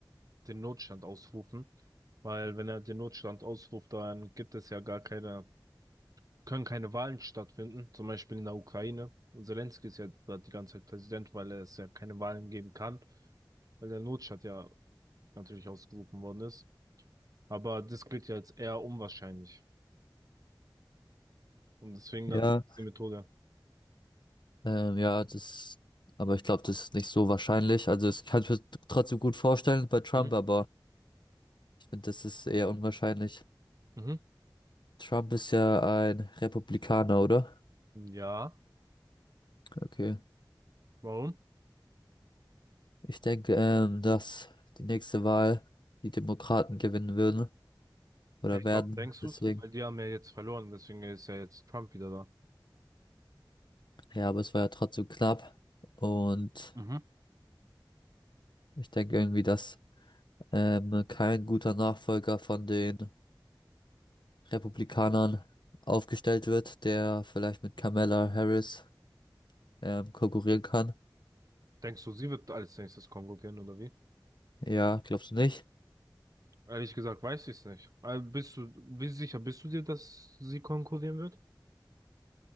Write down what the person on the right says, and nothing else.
den Notstand ausrufen. Weil wenn er den Notstand ausruft, dann gibt es ja gar keine, können keine Wahlen stattfinden. Zum Beispiel in der Ukraine. Und Zelensky ist ja da die ganze Zeit Präsident, weil es ja keine Wahlen geben kann. Weil der Notstand ja natürlich ausgerufen worden ist. Aber das gilt ja als eher unwahrscheinlich. Und deswegen
dann diese Methode.
Mhm.
Mhm.
Ja,
warum?
Perfekt.
Warum denkst
du's? Weil die haben ja jetzt verloren, deswegen ist ja jetzt Trump wieder da.
Mhm.
Denkst du, sie wird als nächstes konkurrieren oder wie?
Ehrlich gesagt weiß ich es nicht. Also bist du, wie sicher bist du dir, dass sie konkurrieren wird?